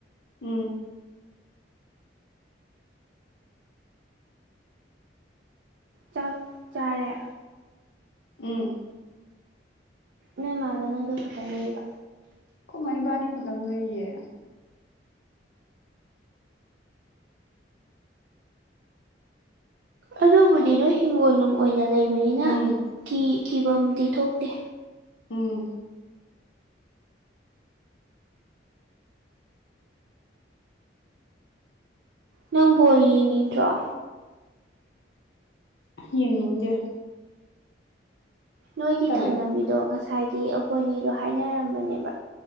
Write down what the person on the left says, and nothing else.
ꯎꯝ
ꯎꯝ
ꯑꯈꯣꯢ ꯃ ꯏꯕꯥꯅꯤ ꯈꯛꯇꯪ ꯂꯩꯌꯦ
ꯎꯝ
ꯎꯝ
ꯌꯦꯡꯅꯤꯡꯗꯦ
ꯇꯜꯂꯦ